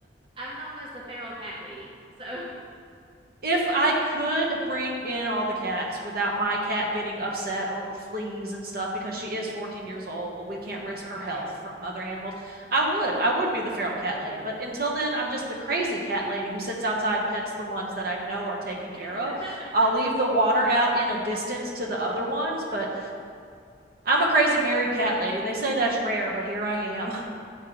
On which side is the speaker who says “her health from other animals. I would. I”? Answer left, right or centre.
Right